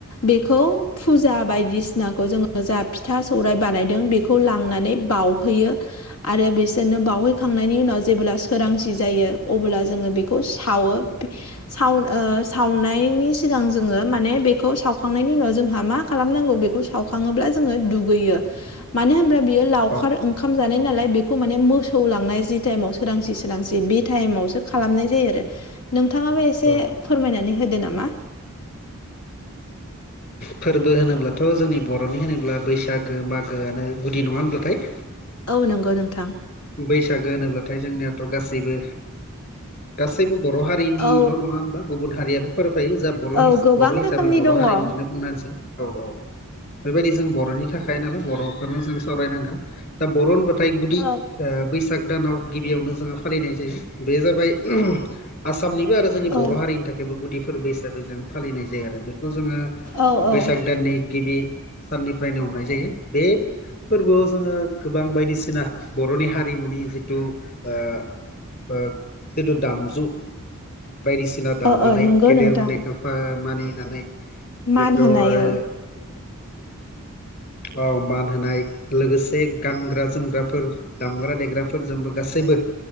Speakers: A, on the left; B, on the left.
A: बेखौ फुजा बायदिसिनाखौ जोङो जा फिथा सौराइ बानायदों बेखौ खौ लांनानै बावउहोयो आरो बिसोरनो बावहैखांनायनि उनाव जेब्ला सोरांसि जायो अब्ला जोङो बेखौ सावो साउ ओ सावनायनि सिगां जोङो माने बेखौ सावखांनायनि उनाव जोंहा मा खालामनांगौ बेखौ सावखाङोब्ला जोङो दुगैयो मानो होनब्ला बियो लावखार
B: औ
A: ओं खाम जानाय नालाय बेखौ माने मोसौ लांनाय जि टाइमाव सोरांसि सोरांसि बे टाइमावसो खालामनाय जायो आरो नोंथाङाबो एसे
B: बावनो
A: फोरमायनानै होदो नामा
B: फोरबो होनोब्लाथ' जोंनि बर'नि होनोब्ला बैसागो मागोआनो गुदि नङा होनब्लाथाय
A: औ नंगौ नोंथां
B: बैसागो होनोब्लाथाय जोंनियाथ' गासैबो गासैबो बर' हारि हारिनिल'
A: औ
B: नङा होनबा गुबुन हारियाबो फोरोफायो जाब बर'
A: औ
B: हिस
A: गोबां
B: बर' हिसाबै
A: रोखोमनि
B: बर'
A: दङ
B: हारिनिखौनो
A: औ
B: बुंना होनिसै औ औ बेबायदि जों बर'नि थाखाय नालाय बर'खोनो जों सावराय नांगोन दा बर' होनबाथाय गुद
A: औ
B: ओ बैसाग दानाव गिबियावनो जोंहा फालिनाय जायो बे जाबाय आसामनिबो आरो जोंनि
A: औ
B: बर' हारिनि था बेबो गुदि फोरबो हिसाबै जों फालिनाय जायो आरो बेखौ जोङो
A: औ
B: बैसाग
A: औ
B: दाननि गिबि साननिफ्रायनो हमनाय जायो बे फोरबोआव जोङो गोबां बायदिसिना बर'नि हारिमुनि जिथु ओ ओ जिथु दामजु बायदिसिना दामनानै
A: ओ ओ नंगौ
B: गेदेर
A: नोंथां
B: उन्दैखौ मानिनानै
A: मान
B: जेखौ
A: होनाय
B: आरो
A: ओ
B: औ मान होनाय लोगोसे गानग्रा जोमग्राफोर दामग्रा देग्राफोरजोंबो गासैबो